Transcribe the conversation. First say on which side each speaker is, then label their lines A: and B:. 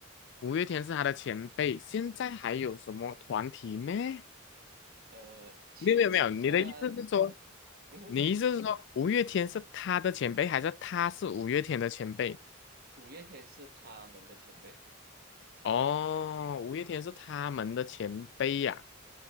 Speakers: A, on the left; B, on the right.
A: 五月天是他的前辈。现在还有什么团体咩？
B: 呃，茄子蛋，
A: 没有没有没有，你的意思是说，
B: 呃这嗯哼，
A: 你意思是说五月天是他的前辈，还是他是五月天的前辈？
B: 五月天是他们的前辈，
A: 哦，五月天是他们的前辈呀、